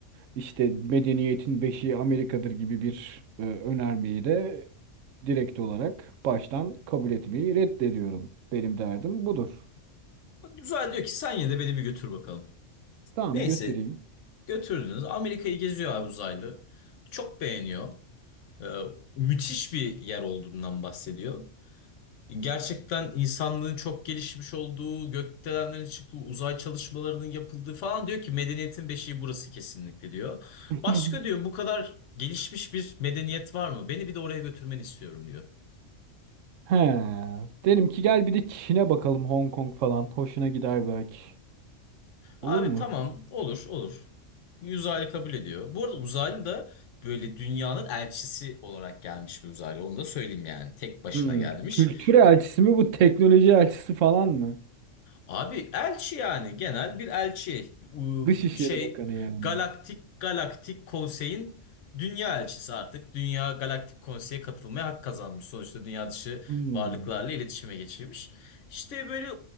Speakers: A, on the right; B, on the left.
A: işte medeniyetin beşiği Amerika'dır gibi bir e, önermeyi de direkt olarak baştan kabul etmeyi reddediyorum. Benim derdim budur.
B: Uzaylı diyor ki sen yine de beni bir götür bakalım.
A: Tamam
B: Neyse
A: götüreyim.
B: götürdünüz. Amerika'yı geziyor abi uzaylı. Çok beğeniyor. Ee, müthiş bir yer olduğundan bahsediyor. Gerçekten insanlığın çok gelişmiş olduğu, gökdelenlerin çıktığı, uzay çalışmalarının yapıldığı falan diyor ki medeniyetin beşiği burası kesinlikle diyor.
A: <laughs>
B: Başka diyor bu kadar gelişmiş bir medeniyet var mı? Beni bir de oraya götürmeni istiyorum diyor.
A: He. Derim ki gel bir de Çin'e bakalım Hong Kong falan. Hoşuna gider belki. Olur
B: Abi
A: mu?
B: tamam olur olur. Uzaylı kabul ediyor. Bu arada uzaylı da böyle dünyanın elçisi olarak gelmiş bir uzaylı. Onu da söyleyeyim yani. Tek başına
A: Hmm.
B: gelmiş.
A: Kültür elçisi mi bu teknoloji elçisi falan mı?
B: Abi elçi yani genel bir elçi U-
A: Dışişleri
B: şey
A: Bakanı yani.
B: galaktik galaktik konseyin dünya elçisi artık dünya galaktik konseye katılmaya hak kazanmış sonuçta dünya dışı
A: Hmm.
B: varlıklarla iletişime geçirmiş işte böyle